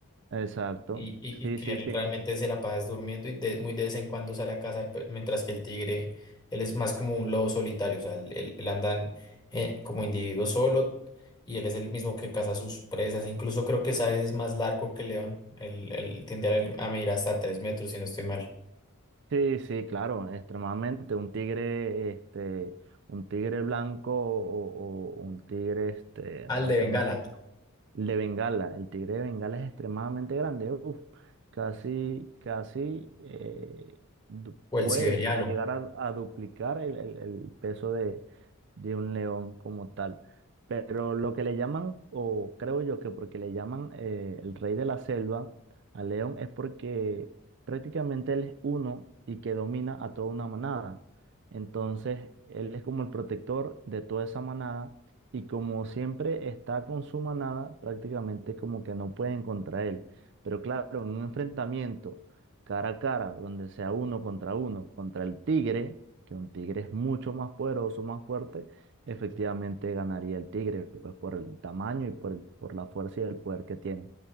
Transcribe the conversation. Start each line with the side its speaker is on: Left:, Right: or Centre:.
Right: Exacto.
Left: Y, y,
Right: Sí,
Left: y que
Right: sí,
Left: él
Right: sí.
Left: realmente se la pasa es durmiendo y de- muy de vez en cuando sale a cazar, pe- mientras que el tigre, él es más como un lobo solitario, o sea, él, él- él anda en- eh, como individuo solo y él es el mismo que caza sus presas. Incluso creo que Sáez es más largo que León, él, él tiende a, a medir hasta tres metros, si no estoy mal.
Right: Sí, sí, claro, extremadamente. Un tigre, este, un tigre blanco o, o- o un tigre, este,
Left: Al
Right: no
Left: de
Right: sé,
Left: Bengala
Right: El de Bengala, el tigre de Bengala es extremadamente grande, uf, casi, casi eh, du-
Left: o
Right: puede
Left: el siberiano.
Right: hasta llegar a, a duplicar el, el- el peso de, de un león como tal. Pero lo que le llaman, o creo yo que porque le llaman eh, el rey de la selva al león es porque prácticamente él es uno y que domina a toda una manada. Entonces, él es como el protector de toda esa manada y como siempre está con su manada, prácticamente como que no pueden contra él. Pero claro, en un enfrentamiento cara a cara, donde sea uno contra uno, contra el tigre, que un tigre es mucho más poderoso, más fuerte, efectivamente ganaría el tigre, pues por el tamaño y por, el- por la fuerza y el poder que tiene.